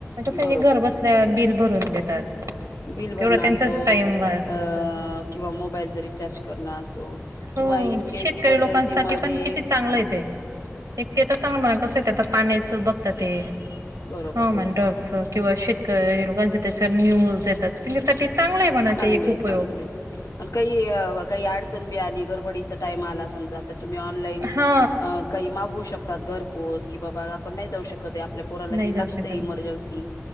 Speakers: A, on the right; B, on the left.
A: कसं
B: बरोबर
A: नी घर बसल्या बिल भरून देतात.
B: बिल भरण
A: तेवढा
B: असो
A: त्यांचाच टाइम वाया
B: अ
A: जातो.
B: किंवा मोबाईलच रिचार्ज करण असो किंवा
A: हो
B: इन केस
A: शेतकरी
B: इमर्जन्सी
A: लोकांसाठी
B: मधे
A: पण किती चांगलं आहे ते. एक ते तस म्हणा कसं ते आहे ते आता, पाण्याच बघता ते.
B: बरोबर
A: हो
B: बरोबर
A: म ड्रग्स किंवा शेतकरी लोकांच्या त्याच्या न्यूज येतात त्यांच्यासाठी चांगलं आहे म्हणा
B: चांगलंय
A: ते एक उपयोग.
B: चांगलंय आणि काही काही अडचण बी आ आणि गरबडीचा टाईम आला समजा, त तूम्ही ऑनलाईन
A: हा
B: अ मागवू शकता. तात घरपोच कि बाबा आपण नाही जाऊ शक कत आपल्या पोराला
A: नाही
B: हे
A: जाऊ
B: लागतय
A: शकत
B: इमर्जन्सी